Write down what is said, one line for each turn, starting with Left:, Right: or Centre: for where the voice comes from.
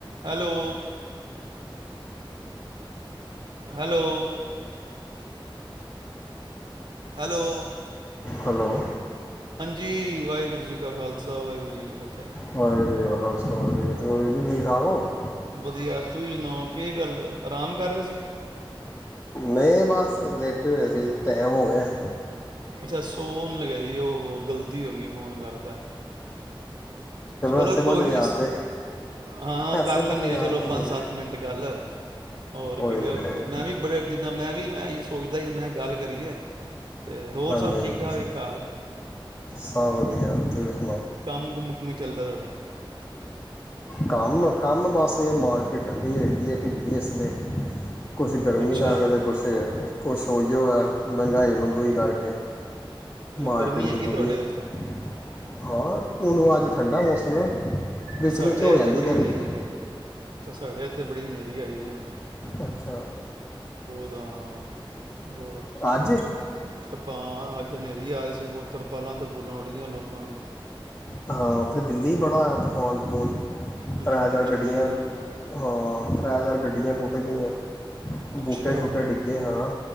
Right: Hello hello hello
Left: hello
Right: ਹਾਂਜੀ ਵਾਹਿਗੁਰੂ ਜੀ ਕਾ ਖਾਲਸਾ ਵਾਹਿਗੁਰੂ। ਜੀ ਕੀ ਫਤਹਿ।
Left: ਵਾਹਿਗੁਰੂ ਜੀ ਕਾ ਖਾਲਸਾ ਵਾਹਿਗੁਰੂ ਜੀ ਕੀ ਫਤਹਿ ਹੋਰ ਜੀ ਠੀਕ ਠਾਕ ਹੋ।
Right: ਵਧੀਆ ਤੁਸੀਂ ਸੁਣਾਓ ਕੀ ਗੱਲ ਆਰਾਮ ਕਰ ਰਹੇ ਸੀ
Left: ਨਹੀਂ ਬਸ ਲੇਟੇ ਹੋਏ ਸੀ ਟਾਈਮ ਹੋ ਗਿਆ।
Right: ਅੱਛਾ ਸੌਣ ਲੱਗੇ ਸੀ। ਉਹ ਗ਼ਲਤੀ ਹੋ ਗਈ ਫੋਨ ਕਰਤੇ। ਚਲੋ
Left: ਐਸੇ ਬਹਾਨੇ
Right: ਕੋਈ ਨੀ
Left: ਯਾਦ ਤੇ
Right: ਹਾਂ
Left: ਐਸੇ
Right: ਕਰ ਲੈਣੇ
Left: ਬਹਾਨੇ ਯਾਦ
Right: ਚਲੋ
Left: ਤੇ ਕਰੀ
Right: ਪੰਜ ਸੱਤ ਮਿੰਟ ਗੱਲ। ਹੋਰ
Left: ਕੋਈ
Right: ਕੀ ਫਿਰ
Left: ਨਹੀਂ ਕੋਈ ਨੀ।
Right: ਮੈਂ ਵੀ ਬੜੇ ਦਿਨਾਂ ਮੈਂ ਵੀ। ਮੈ ਇਹੀ ਸੋਚਦਾ ਸੀ ਮੈਂ ਗੱਲ ਕਰੀਏ। ਅਤੇ ਹੋਰ
Left: ਹਾਂਜੀ
Right: ਸਭ ਠੀਕ
Left: ਹਾਂਜੀ
Right: ਠਾਕ ਹੈ ਘਰ
Left: ਸਭ ਵਧੀਆ। <unintelligible>
Right: ਕੰਮ ਕੁਮ ਕਿਵੇਂ ਚੱਲਦਾ ਤੁਹਾਡਾ।
Left: ਕੰਮ ਕੰਮ ਬਸ ਇਹ ਮਾਰਕੀਟ ਠੰਡੀ ਹੋ ਦੀ ਹੈ ਢਿੱਲੀ ਇਸ ਵੇਲੇ ਕੁਛ ਗਰਮੀ
Right: ਅੱਛਾ
Left: ਕਰਕੇ ਤੇ ਕੁਛ। ਕੁਛ ਉਹੀ ਹੋ ਏ। ਮਹਿੰਗਾਈ ਮਹਗੂਈ ਕਰਕੇ
Right: ਅੱਛਾ
Left: ਮਾਰਕੀਟ
Right: ਗਰਮੀ
Left: ਦੀ
Right: ਹੈਗੀ
Left: ਬੁਰੀ
Right: ਤੁਹਾਡੇ
Left: ਹਾਲਤ।
Right: ਉੱਥੇ
Left: ਹਾਂ ਹੁਣ ਉਹ ਅੱਜ ਠੰਡਾ ਮੌਸਮ ਹੈ। ਵਿੱਚ
Right: ਸਾਡੇ
Left: ਵਿੱਚ ਹੋ
Right: ਇੱਥੇ
Left: ਜਾਂਦੀ
Right: ਬੜੀ
Left: ਗਰਮੀ
Right: ਹਨੇਰੀ ਆਏ। ਸਾਡੇ ਇੱਥੇ ਬੜੀ ਹਨੇਰੀ ਆਈ ਸੀ ਹੁਣੇ।
Left: ਅੱਛਾ
Right: ਹਾ ਬਹੁਤ
Left: ਅੱਜ
Right: ਕਿਰਪਾ ਅੱਜ ਨੇ ਆਏ ਸੀ ਤਰਪਾਲਾਂ ਤਰਪਲਾਂ ਉੱਡੀਆਂ ਲੋਕਾਂ ਦੀਆਂ
Left: ਹਾਂ ਉੱਥੇ ਦਿੱਲੀ ਬੜਾ ਹੋਇਆ ਤਫਾਨ ਤਫੂਨ
Right: ਹਮ,
Left: ਤ੍ਰੈ ਚਾਰ
Right: ਅੱਛਾ
Left: ਗੱਡੀਆਂ
Right: ਦਿੱਲੀ ਵੀ
Left: ਹਾਂ ਤ੍ਰੈ ਚਾਰ ਗੱਡੀਆਂ ਟੁੱਟ ਗਈਆਂ
Right: ਅੱਛਾ
Left: ਬੂਟੇ ਸ਼ੂਟੇ ਡਿੱਗੇ ਹਾਂ